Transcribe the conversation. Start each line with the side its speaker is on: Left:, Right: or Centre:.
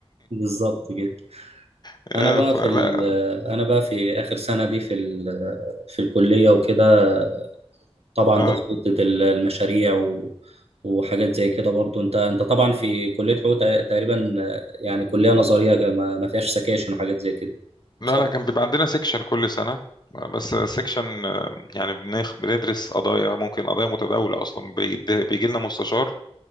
Right: بالظبط كده
Left: <laughs>
Right: انا
Left: آه،
Right: بقى
Left: فلا
Right: في ال- انا بقى في اخر سنة دي في ال- في الكلية وكده طبعا
Left: اه
Right: تظبيط ال- المشاريع و وحاجات زي كده برضو انت انت طبعا في كلية حقوق تق- تقريبا يعني كلية نظرية كده، ما ما فيهاش سكاشن وحاجات زي كده
Left: لا
Right: صح؟
Left: لا كان بيبقى عندنا سيكشن كل سنة بس سيكشن يعني بنخ... بندرس قضايا ممكن قضايا متداولة أصلا بيجي, بيجي لنا مستشار